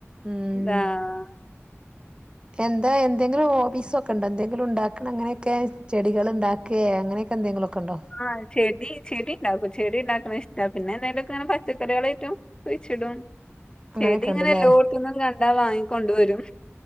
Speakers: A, on the right; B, on the left.
A: ഉം
B: ആഹാ..
A: എന്താ, എന്തെങ്കിലും ഹോബീസ് ഒക്കെ ഉണ്ടോ? എന്തെങ്കിലും ഉണ്ടാക്കി- ആക്കണം, അങ്ങനെക്കെ ചെടികൾ ഒണ്ടാക്കെ, അങ്ങനെക്കെ എന്തെങ്കിലുക്കെ ഉണ്ടോ?
B: ആഹ് ചെടി, ചെടി ഉണ്ടാക്കും. ചെടി ഉണ്ടാക്കുന്ന ഇഷ്ട, പിന്നെ എന്തെങ്കിലൊക്കെ ഇങ്ങനെ- പച്ചക്കറികളായിട്ടും. കുഴിച്ചിടും
A: അങ്ങനെയൊക്കെ
B: ചെടി ഇങ്ങനെ-
A: ഉണ്ടല്ലേ
B: എല്ലോടത്തന്നും കണ്ടാ- വാങ്ങിക്കൊണ്ട വരും.